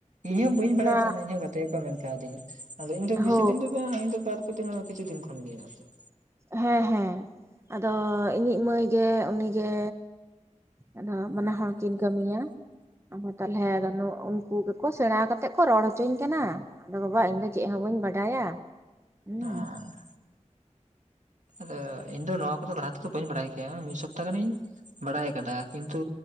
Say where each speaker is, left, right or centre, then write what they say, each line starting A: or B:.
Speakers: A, on the right; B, on the right.
A: ᱤᱧᱦᱚᱸ ᱵᱟᱹᱧ ᱵᱟᱲᱟᱭ
B: ᱚᱱᱟ
A: ᱛᱟᱦᱮᱸᱱᱟ ᱤᱧᱚᱸ ᱦᱚ ᱜᱟᱛᱮ ᱜᱮ ᱡᱚ ᱢᱮᱱ ᱠᱟᱣᱫᱤᱧᱟ, ᱟᱫᱚ ᱤᱧ ᱫᱚ ᱵᱤᱥᱤ
B: ᱦᱳ
A: ᱫᱤᱱ ᱫᱚ ᱵᱟᱝ ᱤᱧ ᱫᱚ ᱵᱟᱨ ᱛᱤᱱᱟᱹᱜ ᱠᱤᱪᱷᱩ ᱫᱤᱱ ᱠᱷᱚᱱ ᱜᱮ ᱦᱮᱸᱱᱟᱜ-ᱟ ᱠᱟᱜ-ᱟ᱾
B: ᱦᱮᱸ ᱦᱮᱸ ᱟᱫᱚ ᱤᱧᱤᱡ ᱢᱟᱹᱭ ᱜᱮ ᱩᱱᱤᱜᱮ᱾ ᱟᱫᱚ ᱵᱟᱱᱟ ᱦᱚᱲ ᱠᱤᱱ ᱠᱟᱹᱢᱤᱭᱟ, ᱟᱫᱚ ᱛᱟᱦᱚᱸᱞᱮ ᱨᱟᱱᱩ ᱩᱱᱠᱩ ᱠᱚ ᱥᱮᱬᱟ ᱠᱟᱛᱮᱫ ᱠᱚ ᱨᱚᱲ ᱦᱚᱪᱚᱧ ᱠᱟᱱᱟ, ᱟᱫᱚ ᱵᱟᱵᱟ ᱤᱧ ᱫᱚ ᱪᱮᱫ ᱦᱚᱸ ᱵᱟᱹᱧ ᱵᱟᱰᱟᱭᱟ᱾ ᱦᱩᱸ
A: <unintelligible> ᱟᱫᱚ ᱤᱧ ᱫᱚ ᱱᱚᱣᱟ ᱠᱚᱫᱚ ᱞᱟᱦᱟ ᱛᱮᱫᱚ ᱵᱟᱹᱧ ᱵᱟᱲᱟᱭ ᱠᱮᱭᱟ, ᱢᱤᱫ ᱥᱚᱯᱛᱟ ᱜᱟᱱᱤᱧ ᱵᱟᱲᱟᱭ ᱟᱠᱟᱫᱟ, ᱠᱤᱱᱛᱩ